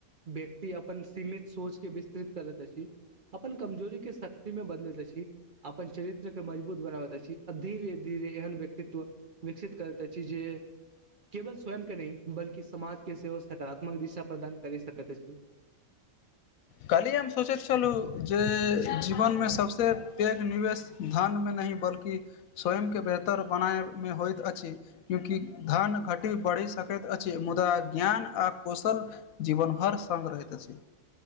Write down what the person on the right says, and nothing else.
व्यक्ति अपन सीमीत सोच के विस्तृित करैती अछि अपन कमजोरी के शक्ति मे बदलैत अछि। अपन चरित्र के मजबूत बनाबत द छी धीरे धीरे एहन व्यक्तित्व विकसित कत्त अ छी जे केवल स्वयंम के नहि बल्कि समाज के सेहो सकारात्मक दिशा प्रदान करि सकैत अछि।